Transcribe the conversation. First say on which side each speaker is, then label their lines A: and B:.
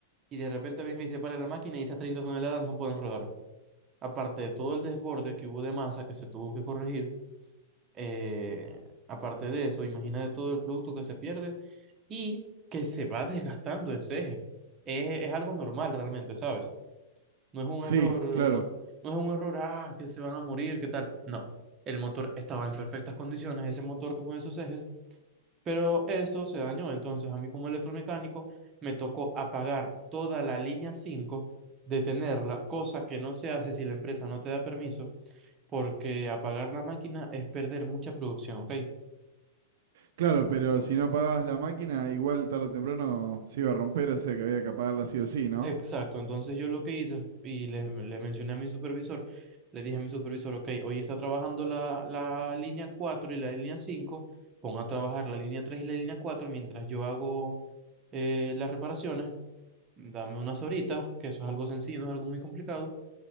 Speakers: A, on the right; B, on the right.
A: y de repente venga y se para la máquina y esas 30 toneladas no pueden rodar. Aparte de todo el desborde que hubo de masa que se tuvo que corregir, eh, aparte de eso, imagínate todo el producto que se pierde y que se va desgastando ese eje. Es, es algo normal realmente, ¿sabes? No es un
B: Sí,
A: error,
B: claro.
A: no, no es un error, ah, que se van a morir, ¿qué tal? No, el motor estaba en perfectas condiciones, ese motor que mueve sus ejes, pero eso se dañó. Entonces, a mí como electromecánico me tocó apagar toda la línea 5, detenerla, cosa que no se hace si la empresa no te da permiso porque apagar la máquina es perder mucha producción, ¿ok?
B: Claro, pero si no apagabas la máquina, igual tarde o temprano se iba a romper, o sea que había que apagarla sí o sí, ¿no?
A: Exacto, entonces yo lo que hice f- y le, le mencioné a mi supervisor, le dije a mi supervisor, ok, hoy está trabajando la, la línea 4 y la línea 5, pon a trabajar la línea 3 y la línea 4 mientras yo hago eh, las reparaciones, dame unas horitas, que eso es algo sencillo, no es algo muy complicado,